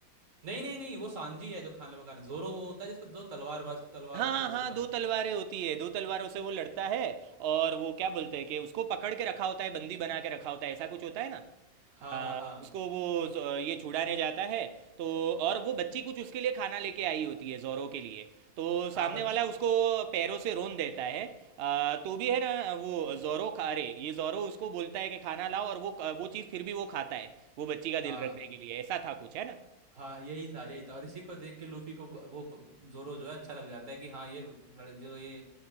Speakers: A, on the right (about 55°); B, on the right (about 80°).
A: नहीं नहीं नहीं वो सांजी है जो खाना पकाने जोरो वो होता है जिसका दो तलवार बाज तलवार
B: हाँ
A: होती है
B: हाँ
A: जिसके पास
B: दो तलवारें होती है दो तलवारों से वो लड़ता है और वो क्या बोलते हैं कि उसको पकड़ के रखा होता है बंदी बना के रखा होता है ऐसा कुछ होता है ना
A: हाँ
B: आ,
A: हाँ हाँ
B: उसको वो ज- ये छुड़ाने जाता है तो और वो बच्ची कुछ उसके लिए खाना लेके आई होती है जोरो के लिए तो
A: हाँ
B: सामने
A: बच
B: वाला उसको पैरों से रोन देता है आ, तो भी है ना वो जोरो खा रहे ये जोरो उसको बोलता है कि खाना लाओ और वो वो चीज़ फिर भी वो खाता है वो बच्ची का
A: हाँ
B: दिल रखने के लिए ऐसा था कुछ है ना
A: हाँ यही था यही था और इसी को देख के लूफी को व- वो प- जोरो जो है अच्छा लग जाता है कि हाँ ये लड़, जो ये